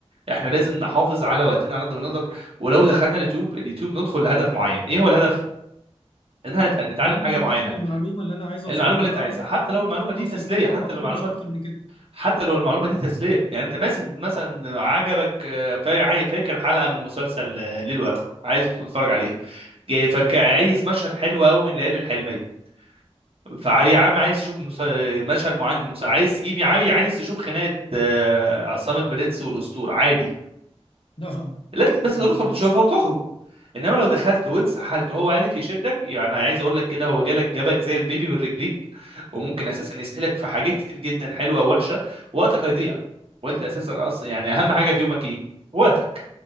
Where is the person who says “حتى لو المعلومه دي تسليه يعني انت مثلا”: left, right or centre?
Right